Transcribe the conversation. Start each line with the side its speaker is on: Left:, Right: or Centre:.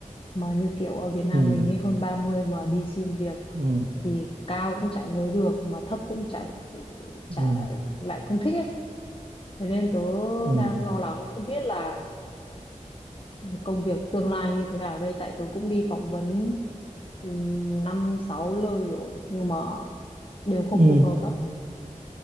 Left: mà như kiểu ở Việt Nam
Right: Ừ.
Left: mình ấy hơn 30 mà đi xin việc
Right: Ừ.
Left: thì cao cũng chả với được mà thấp cũng chả chả
Right: Ừ.
Left: lại không thích ấy thế nên tớ
Right: Ừ.
Left: đang lo lắng không biết là công việc tương lai như thế nào đây tại tớ cũng đi phỏng vấn ừm, năm sáu nơi rồi nhưng mà đều không
Right: Ừ.
Left: phù hợp á